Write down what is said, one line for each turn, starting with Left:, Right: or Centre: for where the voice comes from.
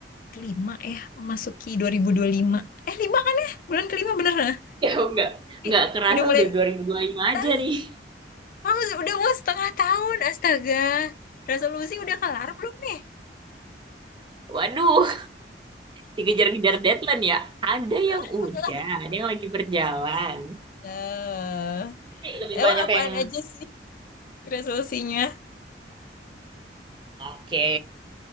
Left: kelima ya, memasuki dua ribu dua ribu lima. Eh lima kan ya? Bulan kelima bener lah.
Right: <laughs> Ya enggak. Enggak
Left: Ih,
Right: kerasa
Left: udah mulai.
Right: udah dua dua ribu dua puluh lima
Left: Ah,
Right: aja nih.
Left: mau- udah mau setengah tahun, astaga. Resolusi udah kelar belum nih?
Right: Waduh, dikejar-kejar deadline ya. Ada
Left: <laughs>
Right: yang udah, ada yang lagi berjalan.
Left: Eh,
Right: Tapi Lebih
Left: emang
Right: banyak
Left: apaan
Right: yang
Left: aja sih resolusinya?
Right: oke.